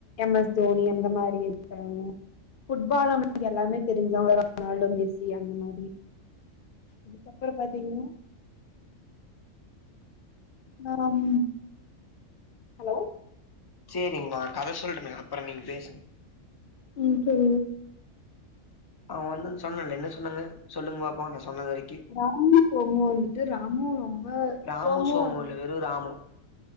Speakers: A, on the left; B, on the left.
A: எம் எஸ் தோனி அந்த மாரி இருக்கறவங்க ஃபுட்பால் நம்ளுக்கு எல்லாமே தெரிஞ்சவங்க ரொனால்டோ, மெஸ்ஸி அந்த மாரி அதுப்புற பாத்தீங்ன்னா மேம் ஹலோ.
B: சேரிங் நா கத சொல்றனே அப்பற நீங் பேசுங்க
A: ம் சொல்லு
B: அவ வந்தான் சொன்னேல்ல என்ன சொன்னாங்க சொல்லுங் பாப்போ நா சொன்னது வரைக்
A: ராம சோமு வந்துட்டு ராமும் ரொம்ப
B: ராமு
A: சோமு வந்
B: இல்ல வெறு ராமு